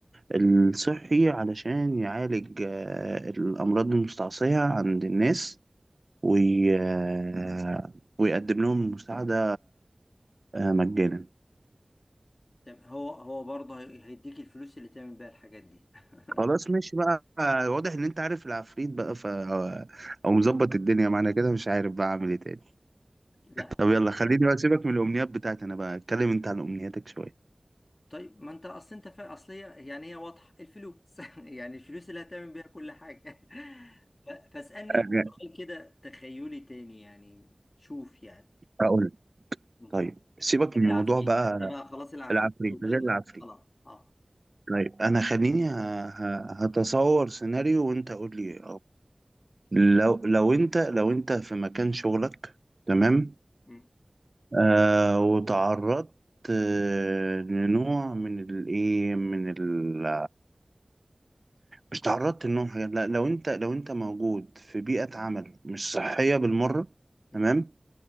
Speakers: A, on the right (about 50°); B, on the left (about 60°).
A: الصحي علشان يعالج آه، الأمراض المستعصية عند الناس وي... آه، ويقدم لهم مساعدة آه، مجانا
B: تم- هو هو برضه هي- هيديك الفلوس اللي تعمل بيها الحاجات دي <laughs>
A: خلاص ماشي بقى آه، واضح إن أنت عارف العفريت بقى ف... أو أو مظبط الدنيا معانا كده مش عارف بقى أعمل إيه تاني
B: لا
A: طب يلا خليني بقى سيبك من الأمنيات بتاعتي أنا بقى اتكلم أنت عن أمنياتك شوية
B: طيب ما انت اصل انت فا اصل هي يعني هي واضحه الفلوس <laughs> يعني الفلوس اللي هتعمل بيها كل حاجه <laughs> ف- فاسالني
A: أه،
B: انت سؤال كده تخيلي تاني يعني شوف يعني
A: أقول لك.
B: مم.
A: طيب سيبك
B: غير
A: من
B: العفريت
A: موضوع بقى
B: احنا بقى خلاص العفريت
A: العفريت
B: وكده
A: غير العفريت
B: خلاص اه
A: طيب أنا خليني ه... ه... هتصور سيناريو وأنت قول لي لو لو انت لو انت في مكان شغلك تمام
B: مم.
A: آه وتعرضت آه لنوع من الايه من ال مش تعرضت لنوع من حاجة لا لو انت لو انت موجود في بيئة عمل مش صحية بالمرة
B: مم.
A: تمام